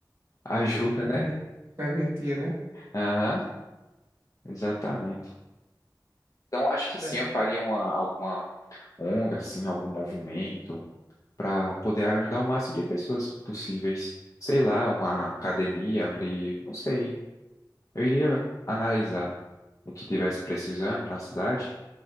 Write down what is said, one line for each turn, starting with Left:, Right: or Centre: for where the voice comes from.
Left: <laughs> ajuda,
Right: Serven-
Left: né?
Right: Serventia, né?
Left: Aham, exatamente. Então, acho
Right: Que
Left: que sim,
Right: da...
Left: eu faria uma, alguma ONG, assim, algum movimento para poder ajudar o máximo de pessoas possíveis. Sei lá, uma academia, abrir, não sei. Eu iria analisar o que tivesse precisando na cidade,